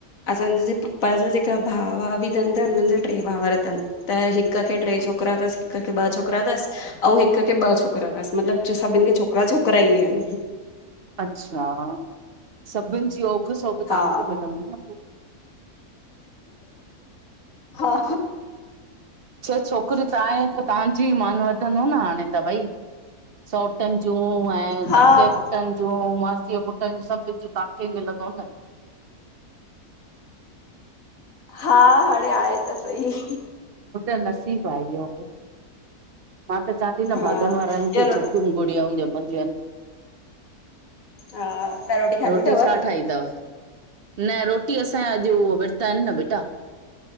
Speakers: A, on the left; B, on the right.
A: असांजे पप्पा जा जेका भाउ वाउ बि तन त हुनन जा ट्रे भावर तन त हि हिक खे
B: आहिनि
A: ट्रे छोकरा तस, हिक खे ॿ छोकिरा, तस अऊं हिक खे ॿ छोकरा
B: अच्छा
A: तस, मतलब जो सभिन खे छोक ॿ छोकिराई इन।
B: अच्छा सभिन जी ओघ सोघ तहांखे
A: हा
B: मिलंदी न पो।
A: हा
B: छह छोकिरयूं तहां हिते तव्हांजी मन वधंदो न हाणे त भाई। सौट्रनि जूं ऐं
A: हा
B: काके ये पुट्रनि जूं पो मासीअ पुट्रन जो सभनी खे तव्हांखे ही मिलंदो न।
A: हा हाणे आहे त सईं।
B: हो त नसीबु आहे इहियो बि मां त चवां ती न
A: हा
B: भाॻनि वारनि
A: ॿियो
B: खे
A: रोटी
B: छोकिरियूं गुड़ियाउं ॼमंदियू आहिन।
A: हा तव्हां खाधी
B: रोटी
A: अथव?
B: छा ठाईदव? न रोटी असांया अॼु ओ विर्त आहिनि न बेटा।